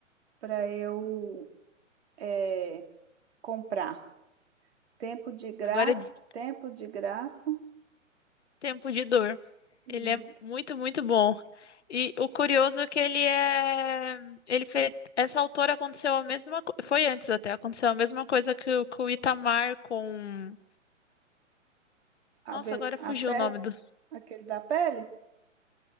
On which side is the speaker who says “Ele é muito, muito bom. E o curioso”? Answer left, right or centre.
Left